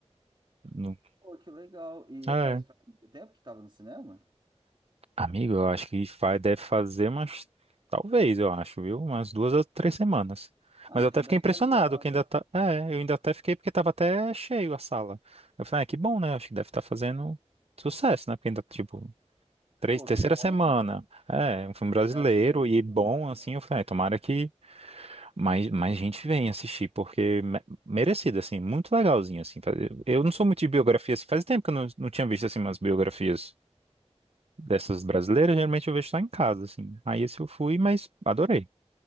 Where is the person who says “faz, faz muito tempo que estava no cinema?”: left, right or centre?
Right